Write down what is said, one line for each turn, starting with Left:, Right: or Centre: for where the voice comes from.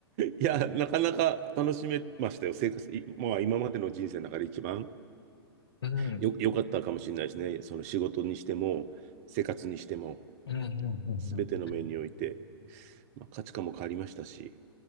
Right: いや、なかなか楽しめましたよ。生活、いまあ、今までの人生の中で一番
Left: <laughs> うん、
Right: よ、良かったかもしれないですね。その仕事にしても、生活にしても、
Left: うん、うん、うん。
Right: すべての面において、
Left: うん
Right: まあ、価値観も変わりましたし、